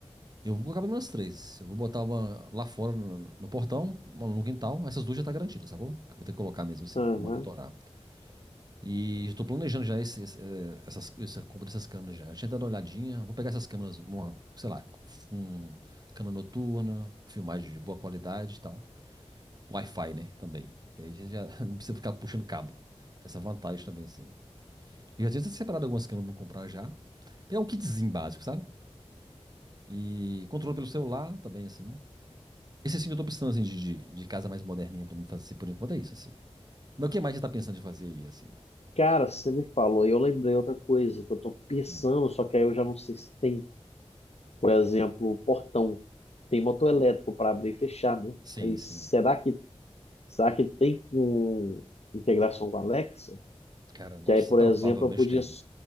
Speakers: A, on the right; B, on the left.
A: Eu vou colocar pelo menos três. Eu vou botar uma lá fora no, no portão, uma no quintal. Essas duas já tá garantidas, sacou? Que eu vou ter que colocar mesmo assim,
B: Aham.
A: pra monitorar. E estou planejando já esse, esse, eh, essas, essa compra dessas câmeras já. Deixa eu dar uma olhadinha. Vou pegar essas câmeras, uma, sei lá, um, câmera noturna, filmagem de boa qualidade e tal. Com Wi-Fi, né? Também. Que aí você já <laughs> não precisa ficar puxando cabo. Tem essa vantagem também, assim. Eu já tinha separado algumas câmeras pra comprar já. Pegar um kitzinho básico, sabe? E controle pelo celular também, assim. Esse assim que eu tô precisando, assim, de, de, de casa mais moderninha pra mim fazer por enquanto é isso, assim. Mas o que mais você tá pensando em fazer aí, assim?
B: Cara, você me falou, e eu lembrei outra coisa que eu tô pensando,
A: Hum.
B: só que aí eu já não sei se tem. Por exemplo, portão. Tem motor elétrico para abrir e fechar, né?
A: Sim,
B: Mas
A: sim.
B: será que, será que tem com integração com a Alexa?
A: Cara, não
B: Que aí,
A: sei.
B: por
A: Provavelmente
B: exemplo, eu podia,
A: tem.